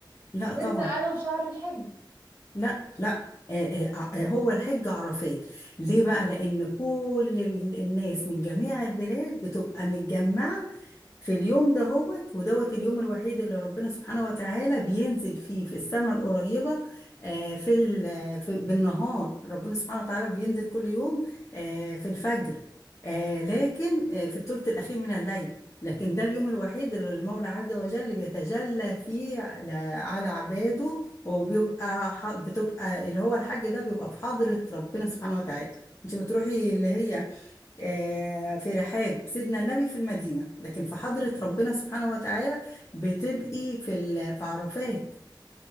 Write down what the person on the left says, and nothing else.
لا
طبعا
لا لا آه، آه، آه، هو الحج عرفات ليه بقى لأن كل ال- الناس من جميع البلاد بتبقى متجمعة في اليوم ده هوت ودوت اليوم الوحيد اللي ربنا سبحانه وتعالى بينزل فيه في السماء القريبة آه، في, ال- في بالنهار ربنا سبحانه وتعالى بينزل كل يوم آه، في الفجر آه، لكن آه، في الثلث الأخير من الليل لكن ده اليوم الوحيد اللي المولى عز وجل بيتجلى فيه على على عباده وبيبقى ح- بتبقى اللي هو الحج ده بيبقى في حضرة ربنا سبحانه وتعالى انت بتروحي اللي هي آه، في رحاب سيدنا النبي في المدينة لكن في حضرة ربنا سبحانه وتعالى بتبقي في ال- في عرفات